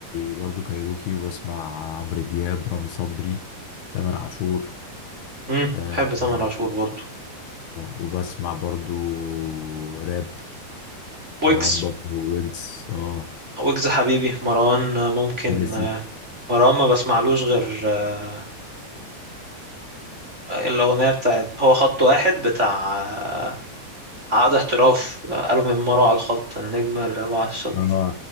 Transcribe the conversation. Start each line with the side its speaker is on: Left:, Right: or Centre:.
Left: برضو كايروكي وبسمع عمرو دياب رامي صبري تامر عاشور
Right: مم.
Left: آه،
Right: بحب تامر
Left: آه،
Right: عاشور برضو
Left: وبسمع برضو راب
Right: ويجز
Left: مروان بابلو ويجز اه
Right: ويجز حبيبي مروان آه، ممكن
Left: ويجز
Right: آه، مروان ما بسمعلوش غير آه، الأغنية بتاعت هو خط واحد بتاع آه، عقد احتراف آه، قالوا من مرة على الخط أنا نجم الرابعة على الشط
Left: اه